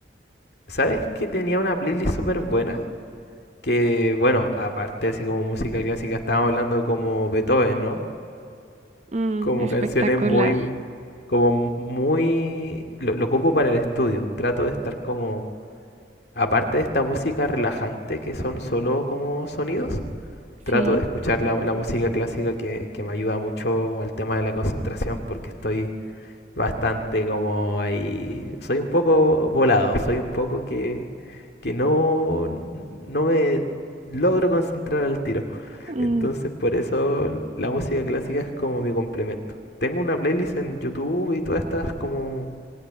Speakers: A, on the left (about 60°); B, on the right (about 40°).
A: ¿Sabes que tenía una playlist súper buena? Que bueno, aparte así como música clásica, estábamos hablando como Beethoven, ¿no?
B: Mm,
A: Como
B: espectacular,
A: canciones muy, como muy... Lo, lo ocupo para el estudio. Trato de estar como... Aparte de esta música relajante que son solo como sonidos, trato
B: sí.
A: de escuchar la, la música clásica que, que me ayuda mucho al tema de la concentración porque estoy bastante como ahí... Soy un poco volado, soy un poco que, que no, no me logro concentrar al tiro.
B: Mm,
A: Entonces por eso la música clásica es como mi complemento. Tengo una playlist en YouTube y todas estas como